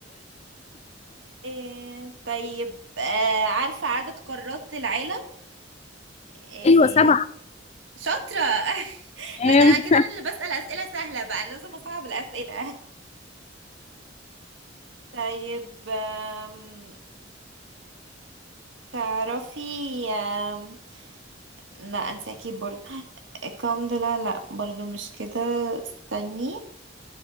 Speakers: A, on the right (about 85°); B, on the left (about 35°).
A: إيه طيب آه، عارفة عدد قارات العالم؟ إيه
B: ايوه سبعه
A: شاطرة <laughs>
B: تمام
A: لا ده انا كده انا اللي بسأل اسئلة سهلة بقى أنا لازم اصعب الاسئلة <laughs> طيب أم... تعرفي أم... لا انت اكيد برضو الكم ده لا لا برضو مش كده استني